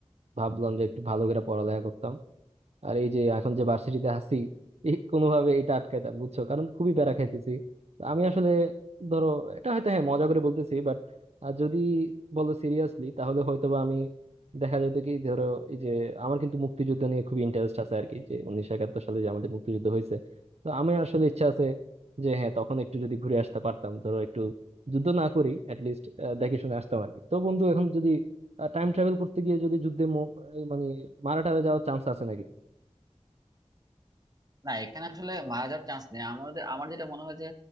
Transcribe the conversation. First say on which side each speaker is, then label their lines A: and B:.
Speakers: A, on the right; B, on the right.
A: ভাবলাম যে একটু ভালো করে পড়ালেখা করতাম আর এই যে এখন যে ভার্সিটিতে আছি এই কোনোভাবে এটা আটকাইতাম বুঝছো কারণ খুবই প্যারা খাইতেছি তো আমি আসলে ধরো এটা হয়তো হ্যাঁ মজা করে বলতেছি বাট যদি বলো সিরিয়াসলি তাহলে হয়তোবা আমি দেখা যেত কি ধরো এই যে আমার কিন্তু মুক্তিযুদ্ধ নিয়ে খুবই ইন্টারেস্ট আছে আর কি যে উনিশশো একাত্তর সালে যে আমাদের মুক্তিযুদ্ধ হয়েছে তো আমি আসলে ইচ্ছা আছে যে হ্যাঁ তখন একটু যদি ঘুরে আসতে পারতাম ধরো একটু যুদ্ধ না করি লিস্ট দেখে শুনে আসতাম আর কি তো বন্ধু এখন যদি টাইম ট্রাভেল করতে গিয়ে যদি যুদ্ধে ম- মানে মারা টারা যাওয়ার চান্স আছে
B: না এখানে আসলে মারা যাওয়ার চান্স নেই আমাদের আমার যেটা মনে হয় যে